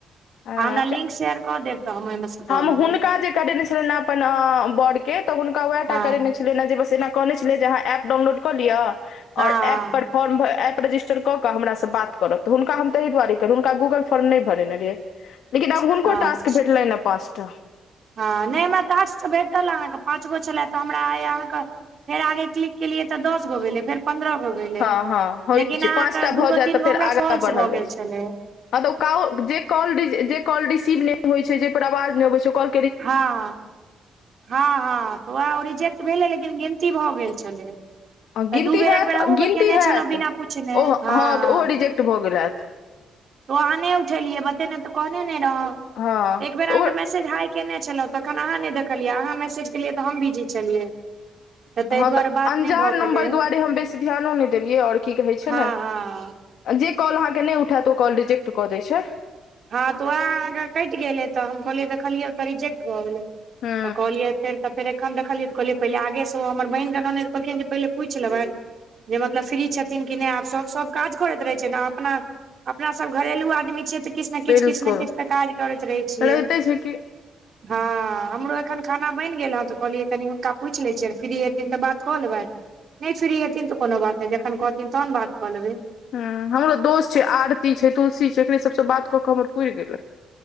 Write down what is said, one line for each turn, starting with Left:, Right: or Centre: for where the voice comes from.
Left: छै
Right: हमरा लिंक शेयर कऽ देब तब ओहिम सँ
Left: हम
Right: कऽ लेबै
Left: हुनका जे करेने छलियैन अपन अ बड़ के तऽ हुनका उएह
Right: हँ
Left: टा करेने छ एना जे बस एना कहने छलै जे अहाँ एप डाउनलोड कऽ लिय
Right: हँ
Left: ओर एप पर फॉर्म एप रजिस्टर कऽ कऽ हमरा सँ बात करब तऽ हुनका हम तहि दुआरे करू हुनका गूगल फोर्म नहि भरेने रहिये
Right: <inaudible>
Left: लेकिन अब हुनको
Right: हँ
Left: टास्क
Right: अच्छा
Left: भेटलैन अ पाँच टा
Right: हँ नहि हमरा टाक्स भेटल अहाँकेँ पाँच गो छलए तऽ हमरा आइ अहाँके फेर आगे क्लिक केलिए तऽ दस गो भेले फेर पंद्रह गो भेलै
Left: हँ हँ होइ
Right: लेकिन
Left: छै
Right: अहाँ
Left: पाँच
Right: कऽ
Left: टा भऽ
Right: दूगो
Left: जायत
Right: तीन
Left: तऽ फेर
Right: गो हमरा
Left: आगाँ
Right: फॉल्स
Left: बढ़ल
Right: भऽ
Left: जाइ
Right: गेल
Left: छै
Right: छलै
Left: हँ तऽ ओ काव जे कॉल जे कॉल रिसीव नहि होइ छै जहिपर आवाज नहि आबै छै ओ कॉल
Right: हँ हँ हँ तऽ ओएह रिजेक्ट भेलै लेकिन गिनती भऽ गेल छलै
Left: हँ
Right: तऽ
Left: गिनती
Right: दू बेर
Left: हैत
Right: एक बेर आूग
Left: गिनती
Right: केने
Left: हैत
Right: छलोह बिना पूछने
Left: ओ
Right: हँ हँ
Left: तऽ ओहो रिजेक्ट भऽ गेल हैत
Right: तो अहाँ नहि उठेलिये बतेने तो कहने ने रहौ
Left: हँ
Right: एक बेर अहाँकेँ
Left: तऽ ओ
Right: मैसेज हाय केने छलहुँ तखन अहाँ नहि देखलियै अहाँ मैसेज केलियै तऽ हम बिजी छलियै ताहि
Left: हँ
Right: दुआरे
Left: तऽ
Right: बात
Left: अन्जान
Right: नहि भऽ
Left: नम्बर
Right: पेलै
Left: दुआरे हम बेसी ध्यानो नहि देलियै और की कहै छै
Right: हँ
Left: न
Right: हँ
Left: आ जे कॉल अहाँकेँ नहि उठायत ओ कॉल रिजेक्ट कऽ दै छै
Right: हँ तऽ वएह अहाँके कटि गेलै तऽ हम कहलियै देखलियै तऽ रिजेक्ट भऽ गेलै
Left: हूँ
Right: तऽ कहलियै फेर तऽ फेर एखन देखलियै तऽ कहलियै पहिले आगेसँ ओ हमर बहिन कऽ ननैद कहलखिन जे पहिले पूछि लेबै जे मतलब फ्री छथिन कि नहि आब सभ सभ काज करैत रहै छै अपना अपना सभ घरेलू आदमी छियै तऽ किछ नै किछ
Left: बिल्कुल
Right: किछ नै किछ तऽ काज करैत रहै छियै
Left: रहिते छै कि
Right: हँ हमरो एखन खाना बनि गेल हँ तऽ कहलियै कनि हुनका पूछि लै छियनि फ्री हेथिन तऽ बात कऽ लेबैन नहि फ्री हेथिन तऽ कोनो बात नहि जखन कहथिन तहन बात कऽ लेबै
Left: हूँ हमरो दोस्त छै आरती छै तुलसी छै एकरे सभसँ बात कऽ कऽ हमर पुरि गेलै